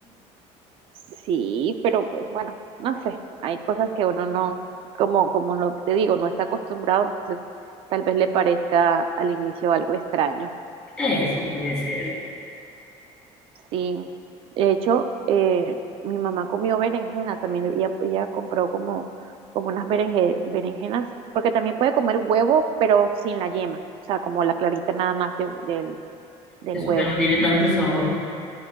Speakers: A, on the right; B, in the centre.
A: Sí, pero pues bueno, no sé, hay cosas que uno no, como, como lo te digo, no está acostumbrado, entonces tal vez le parezca al inicio algo extraño.
B: Eso puede ser.
A: Sí, de hecho, eh, mi mamá comió berenjena, también ella, ella compró como, como unas berenje- berenjenas, porque también puede comer huevo, pero sin la yema, o sea, como la clarita nada más de- del, del
B: Eso
A: huevo.
B: que no tiene tanto sabor.